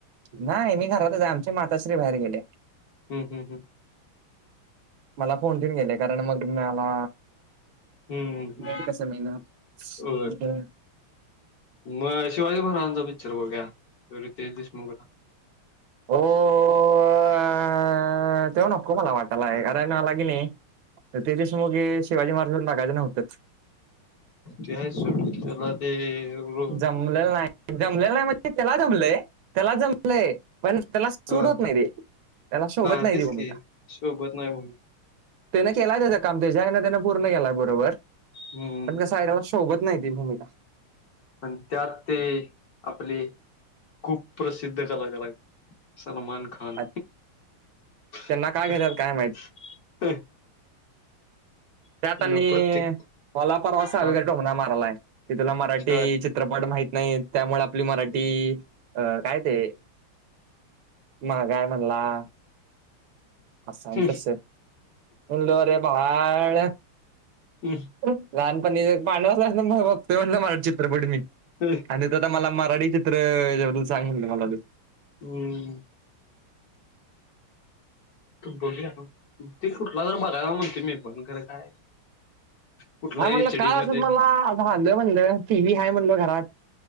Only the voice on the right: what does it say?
नाही मी घरातच आहे, आमची मातोश्री बाहेर गेलीया.
मला फोन ठेवून गेलीया. कारण मग मला
नेट कसं मिळणार? <inaudible>
हो <unintelligible> अं त्यो नको मला वाटालायं कारण मला की नाही रितेश देशमुख हे शिवाजी महाराज म्हणून बघायचं नव्हतंच.
जमलेलं नाही. जमलेलं नाही म्हणजे ते त्याला जमलंय. त्याला जमलंय, पण त्याला सुट
होत नाही रे. त्याला शोभत
नाही
ती भूमिका.
त्यानं केलायं त्याचं काम. त्याच्या ह्यानं त्यान पूर्ण केलाय बरोबर.
पण कसं आहे, त्याला शोभत नाही ती भूमिका.
आता
त्यांना काय घेतात काय माहित त्यात
आणि
मला परवा सावेकर
टोमणा मारालायं की तुला मराठी
चि त्रपट माहीत नाहीत. त्यामुळे आपली मराठी अं काय ते <inaudible> मागं आहे म्हणला. असं आहे
तसं. म्हणलं आरे बाळ
लहानपणी पाळण्यात असल्यापासून मी बघतोय म्हणलं मराठी चित्रपट.
आणि तू आता मला मराठी चित्र हेच्याबद्दल सांग म्हणलं मला.
नाही म्हणलं
काल
असंच
म्हणला झालं म्हणलं, टी व्ही हाय म्हणलं घरात.